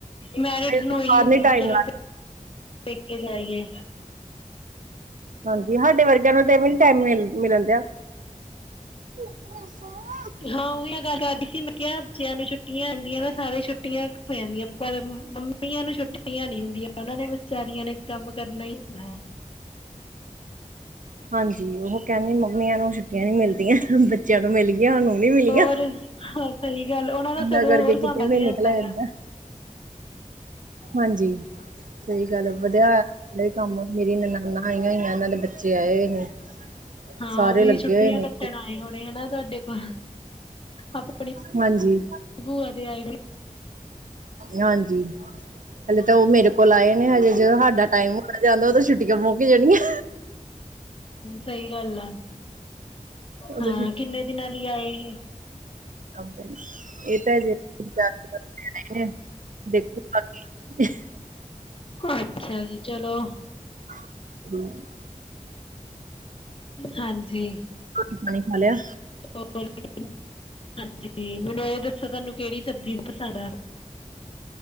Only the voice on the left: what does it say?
ਮੈਰਿਡ ਨੂੰ
ਇਹੀ
ਹੁੰਦਾ
ਵੀ ਚਲੋ।
ਪ ਕੇ ਜਾਈਏ।
ਹਾਂ ਉਹੀ ਗੱਲ ਕਰਦੀ ਸੀ ਮੈਂ ਕਿਹਾ ਬੱਚਿਆਂ ਨੂੰ ਛੁੱਟੀਆਂ ਆਉਂਦੀਆਂ ਨਾ ਸਾਰੇ ਛੁੱਟੀਆਂ ਹੋ ਜਾਂਦੀਆਂ ਪਰ ਮੰਮੀਆਂ ਨੂੰ ਛੁੱਟੀੀਆਂ ਨ ਹੁੰਦੀਆਂ ਉਹਨਾਂ ਨੇ ਵਿਚਾਰੀਆਂ ਨੇ ਕੰਮ ਕਰਨਾ ਹੀ ਹੁੰਦਾ ਹੈ।
ਹੋਰ ਹਾਂ ਸਹੀ ਗੱਲ ਉਹਨਾਂ ਦਾ
ਸਗੋਂ
ਹੋਰ
ਕੰਮ ਵਧ
ਜਾਂਦਾ
ਆ
ਹਾਂ
ਉਹ ਵੀ
ਛੁੱਟੀਆਂ
ਕੱਟਣ
ਆਏ ਹੋਣੇ ਨਾ ਤੁਹਾਡੇ ਕੋਲ ਆਪਣੇ
ਬੁਆ ਦੇ ਆਈ ਹੋਈ
ਸਈ ਗੱਲ ਆ
ਹਾਂ ਕਿੰਨੇ ਦਿਨਾਂ ਲਈ ਆਏ ਏਹ?
ਅੱਛਾ ਜੀ ਚਲੋ।
ਹਾਂਜੀ।
ਰ ਹਾਂਜੀ <unintelligible> ਮੈਨੂੰ ਇਹ ਦੱਸੋ ਤੁਹਾਨੂੰ ਕਿਹੜੀ ਸਬਜ਼ੀ ਪਸਦ ਆ।